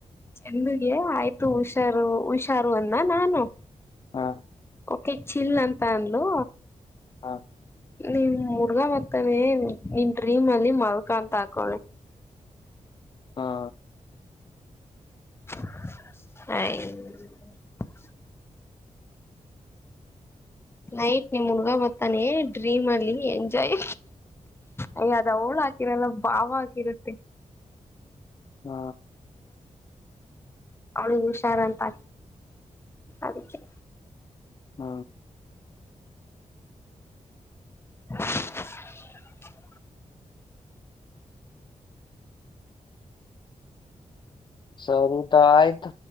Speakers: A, on the left; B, on the left.
A: ಚಂದಗೆ ಆಯ್ತು ಹುಷಾರು ಹುಷಾರು ಅನ್ನ ನಾನು
B: ಹಾ
A: ತೆ ಚಿಲ್ ಅಂತ ಅಂದ್ಲು
B: ಹಾ
A: ನೀನ್ ಮುರ್ಗಾ ಮತಾನೆ ನಿನ್ ಡ್ರೀಮ್ ಅಲ್ಲಿ ಮಲ್ಕಾ ಅಂತ ಹಾಕಳಿ
B: ಹಾ
A: ಹ ನೈಟ್ ನಿಮ್ ಮುಣಗಾ ಬತ್ತಾನೆ ಡ್ರೀಮ್ ಅಲ್ಲಿ ಎಂಜಾಯ್ ಅಯದಳ ಹಾಕಿರಲ್ಲ ಭಾವ ಹಕಿರುತ್ತೆ
B: ಹ
A: ಅವಳಿಗೆ ಹುಷಾರಂತ ಅದಿಕ್ಕೆ
B: ಹ
A: <inaudible>
B: ಸರು ತ ಆಯತ್